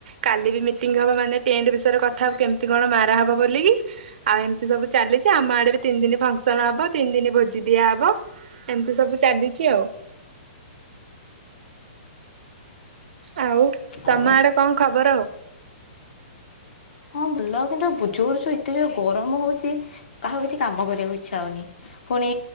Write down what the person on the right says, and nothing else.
କାଲି ବି ମିଟିଂ ହବ ମାନେ ଟେଣ୍ଟ ବିଷୟରେ କଥା ବ କେମିତି କଣ ମାରା ହବ ବୋଲି। ଆଉ ଏମିତି ସବୁ ଚାଲିଛି ଆମ ଆଡେ ବି ତିନି ଦିନ ଫଙ୍କସନ ହବ ତିନି ଦିନ ଭୋଜି ଦିଆହବ। ଏମିତି ସବୁ ଚାଲିଚି ଆଉ। ଆଉ ତମ
ଆଡେ କଣ ଖବର ଆଉ?